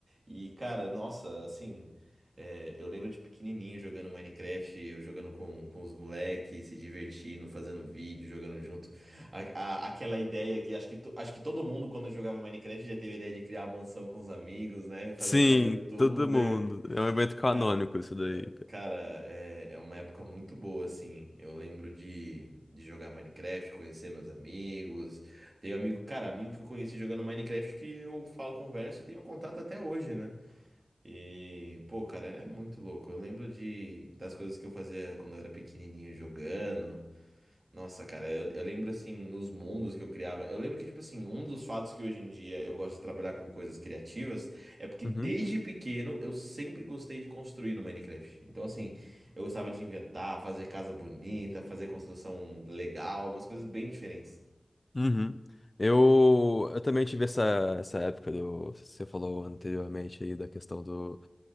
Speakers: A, on the right; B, on the left.
A: E cara, nossa, assim, é, eu lembro de pequenininho jogando Minecraft, eu jogando com, com os moleques, se divertindo, fazendo vídeo, jogando junto. A- a- aquela ideia que acho que, to- acho que todo mundo quando jogava Minecraft já teve a ideia de criar a mansão com os amigos, né? Fazer
B: Sim,
A: virar YouTuber.
B: todo mundo. É um evento canônico
A: Cara,
B: isso daí,
A: é-
B: cara.
A: cara, é, é uma época muito boa, assim. Eu lembro de, de jogar Minecraft, conhecer meus amigos. Tenho amigo, cara, amigo que eu conheci jogando Minecraft que eu falo, converso e tenho contato até hoje, né? E, pô, cara, é muito louco. Eu lembro de, das coisas que eu fazia quando eu era pequenininho jogando. Nossa, cara, eu, eu lembro assim, os mundos que eu criava. Eu lembro que, tipo assim, um dos fatos que hoje em dia eu gosto de trabalhar com coisas criativas é porque desde
B: Uhum.
A: pequeno eu sempre gostei de construir no Minecraft. Então, assim, eu gostava de inventar, fazer casa bonita, fazer construção legal, umas coisas bem diferentes.
B: Uhum. Eu, eu também tive essa, essa época do. Você falou anteriormente aí da questão do.